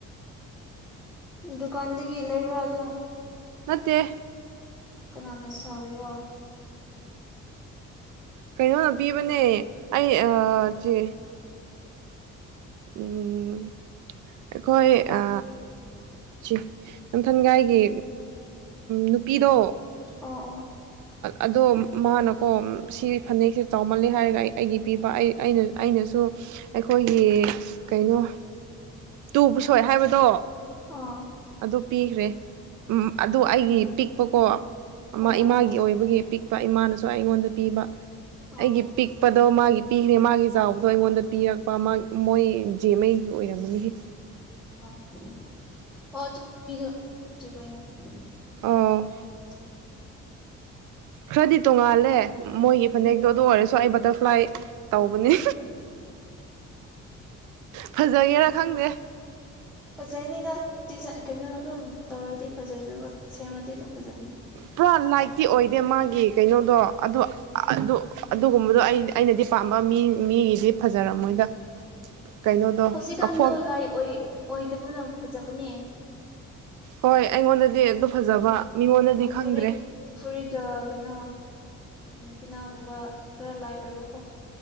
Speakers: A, in the centre; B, on the right.
A: ꯗꯨꯀꯥꯟꯗꯒꯤ ꯂꯩꯕ꯭ꯔꯥꯗ
B: ꯇꯦ
A: ꯀꯅꯥꯅ ꯁꯥꯕꯤ ꯋꯥ
B: ꯀꯩꯅꯣ ꯄꯤꯕꯅꯦ ꯑꯩ ꯆꯦ ꯎꯝ ꯑꯩꯈꯣꯏ ꯑ ꯁꯤ ꯅꯝꯊꯟꯒꯥꯏꯒꯤ ꯅꯨꯄꯤꯗꯣ
A: ꯑꯣ ꯑꯣ
B: ꯑꯗꯣ ꯃꯥꯅꯀꯣ ꯁꯤ ꯐꯅꯦꯛꯁꯦ ꯆꯥꯎꯃꯜꯂꯦ ꯍꯥꯏꯔꯒ ꯑꯩ ꯑꯩꯒꯤ ꯄꯤꯕ ꯑꯩ ꯑꯩꯅ ꯑꯩꯅꯁꯨ ꯑꯩꯈꯣꯏꯒꯤ ꯀꯩꯅꯣ ꯇꯨ ꯄꯨꯁꯣꯏ ꯍꯥꯏꯕꯗꯣ
A: ꯑꯣ
B: ꯑꯗꯨ ꯄꯤꯈ꯭ꯔꯦ ꯎ ꯑꯗꯨ ꯑꯩꯒꯤ ꯄꯤꯛꯄꯀꯣ ꯑꯃ
A: ꯑꯣ
B: ꯏꯃꯒꯤ
A: ꯑꯣ
B: ꯑꯣꯏꯕꯒꯤ ꯑꯄꯤꯛꯄ ꯏꯃꯥꯅꯁꯨ ꯑꯩꯉꯣꯟꯗ ꯄꯤꯕ
A: ꯑꯣ
B: ꯑꯩꯒꯤ ꯄꯤꯛꯄꯗꯣ ꯃꯥꯒꯤ ꯄꯤꯈ꯭ꯔꯦ ꯃꯥꯒꯤ ꯆꯥꯎꯕꯗꯣ ꯑꯩꯉꯣꯟꯗ ꯄꯤꯔꯛꯄ ꯃꯣꯏ ꯖꯦ ꯃꯩꯒꯤ ꯑꯣꯏꯔꯝꯃꯅꯤꯍꯦ
A: ꯑ ꯑꯣ ꯆꯗꯦꯅꯤ <unintelligible>
B: ꯑꯣ ꯈꯔꯗꯤ ꯇꯣꯡꯉꯥꯜꯂꯦ ꯃꯣꯏꯒꯤ ꯐꯅꯦꯛꯇꯣ ꯑꯗꯨ ꯑꯣꯏꯔꯁꯨ ꯑꯩ ꯕꯇꯔꯐ꯭ꯂꯥꯏ ꯇꯧꯕꯅꯤ ꯐꯖꯒꯦꯔꯥ ꯈꯪꯗꯦ ꯎꯝ
A: ꯐꯖꯔꯅꯤꯗ <unintelligible> ꯀꯩꯅꯣ ꯑꯗꯨꯝ ꯇꯧꯔꯗꯤ ꯐꯖꯗꯅꯕ ꯁꯦꯝꯃꯗꯤ ꯑꯗꯨꯝ ꯐꯖꯕꯅꯦ
B: ꯄꯨꯔꯥ ꯂꯥꯏꯠ ꯀꯤ ꯑꯣꯏꯗꯦ ꯃꯥꯒꯤ ꯀꯩꯅꯣꯗꯣ ꯑꯗꯨ ꯑꯗꯨ ꯑꯗꯨꯒꯨꯝꯕꯗꯣ ꯑꯩ ꯑꯩꯅꯗꯤ ꯄꯥꯝꯕ ꯃꯤ ꯃꯤꯒꯤꯗꯤ ꯐꯖꯔꯝꯃꯣꯏꯗ ꯀꯩꯅꯣꯗꯣ
A: ꯍꯧꯖꯤꯛꯀꯥꯟꯗ
B: ꯀꯐꯣꯛ
A: ꯂꯥꯏ ꯑꯣꯏ ꯑꯣꯏꯗꯕꯅꯣ ꯐꯖꯕꯅꯦ
B: ꯍꯣꯏ ꯑꯩꯉꯣꯟꯗꯗꯤ ꯑꯗꯨ ꯐꯖꯕ ꯃꯤꯉꯣꯟꯗꯗꯤ
A: ꯑ
B: ꯈꯪꯗ꯭ꯔꯦ
A: ꯐꯨꯔꯤꯠ ꯐꯨꯔꯤꯠ ꯀꯩꯅꯣ ꯅꯨꯄꯤꯅꯥꯒꯨꯝꯕ ꯈꯔ ꯂꯥꯏ ꯑꯣꯏꯕꯀꯣ